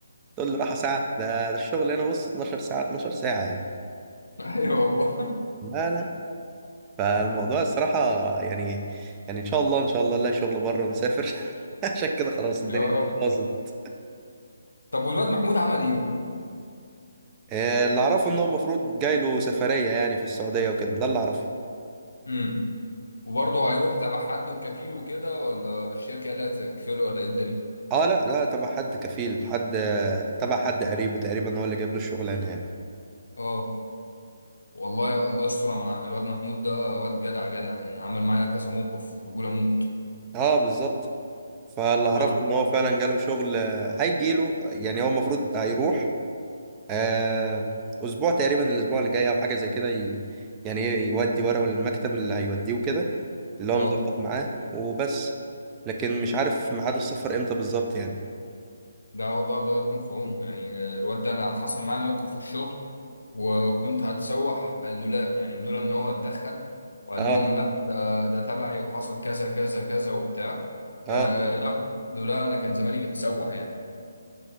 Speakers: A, on the right (about 20°); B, on the left (about 80°).
A: تقول لي راحة ساعة ده ده الشغل هنا بص 12 ساعة 12 ساعة يعني
B: <laughs> ايوه والله
A: لا لا فالموضوع الصراحة يعني يعني إن شاء الله إن شاء الله نلاقي شغل بره ونسافر <laughs> عشان كده خلاص الدنيا
B: يا رب
A: باظت
B: طب والواد محمود عمل ايه؟
A: آه، اللي أعرفه إن هو المفروض جاي له سفرية يعني في السعودية وكده ده اللي أعرفه
B: امم وبرضه هيروح تبع حد وكفيل وكده ولا الشركه اللي هتكفله ولا ايه الدنيا؟
A: أه لا لا تبع حد كفيل حد تبع حد قريبه تقريبا هو اللي جاب له الشغلانة يعني
B: اه والله الله يستر مع الواد محمود ده واد جدع جدع يعني عمل معايا كذا موقف بقول اموت
A: أه بالظبط فاللي أعرفه
B: أنا-
A: إن هو فعلا جاله شغل آه، هيجيله يعني هو المفروض هيروح آه، أسبوع تقريبا الأسبوع اللي جاي أو حاجة زي كده ي- يعني إيه، يودي ورقه للمكتب اللي هيوديه وكده اللي
B: اه
A: هو مظبط معاه وبس لكن مش عارف ميعاد السفر امتى بالظبط يعني
B: ده والله الله يكون في عونه يعني الواد ده انا حصل معايا موقف في الشغل وكنت هتسوح لولا يعني لولا ان هو اتدخل وقال
A: اه
B: لهم لا ده ده تبعي وحصل كذا كذا كذا وبتاع
A: اه
B: آه لا لولا انا كان زماني متسوح يعني